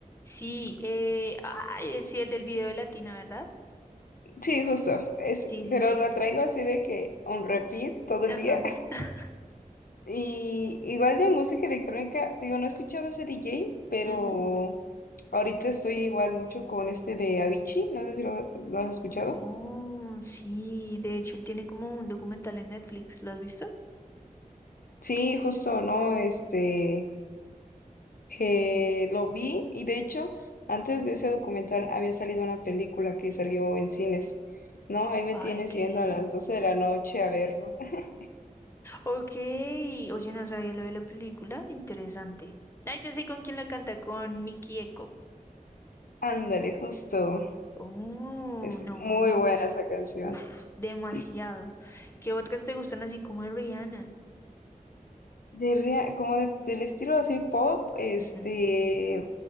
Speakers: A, on the left (about 15°); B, on the left (about 85°).
A: Sí, eh, ay, sí, el del video de Latina, ¿verdad?
B: Sí, justo, es,
A: Sí,
B: pero
A: sí, sí.
B: la traigo así de que on repeat todo
A: Ajá.
B: el día.
A: <laughs>
B: Y igual de música electrónica, te digo, no he escuchado ese DJ, pero
A: Ujú.
B: ahorita estoy igual mucho con este de Avicii, no sé si lo, lo has escuchado.
A: Oh, sí, de hecho él tiene como un documental en Netflix, ¿lo has visto?
B: Sí, justo, ¿no? Este, eh, lo vi y de hecho, antes de ese documental había salido una película que salió en cines, ¿no? Ahí me
A: Ay,
B: tienes
A: ¿qué?
B: yendo a las 12 de la noche a verlo. <laughs>
A: Ok, oye, no sabía lo de la película, interesante. Ay, ya sé con quién la canta, con Miki Eko.
B: Ándale, justo.
A: Oh,
B: Es
A: no,
B: muy buena esa canción.
A: uf, demasiado.
B: Y
A: ¿Qué otras te gustan así como de Rihanna?
B: de rea- como de- del estilo así pop, este,
A: Ujú,